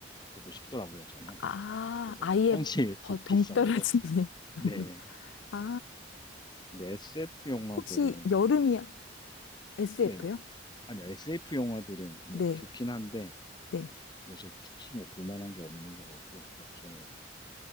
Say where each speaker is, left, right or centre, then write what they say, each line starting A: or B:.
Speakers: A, on the left (about 25°); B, on the left (about 75°).
A: 보고 싶더라고요, 저는.
B: 아,
A: 그래서
B: 아예
A: 약간 현실
B: 버-
A: <laughs> 도피성으로
B: 동떨어지는 <laughs>
A: 네,
B: 영화로.
A: 음.
B: 아,
A: 근데 SF 영화들은
B: 혹시 여름이 SF요?
A: 네네 아니요 SF 영화들은 뭐
B: 네.
A: 좋긴 한데
B: 네.
A: 요새 특히 뭐 볼만한 게 없는 것 같고 그래서 저는